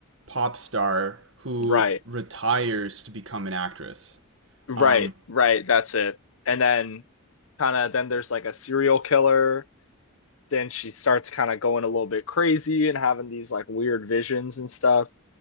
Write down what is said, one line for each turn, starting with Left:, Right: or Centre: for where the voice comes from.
Right: pop star who
Left: Right,
Right: retires to become an actress.
Left: right,
Right: Um
Left: right. That's it. And then kind of then there's like a serial killer then she starts kind of going a little bit crazy and having these like weird visions and stuff.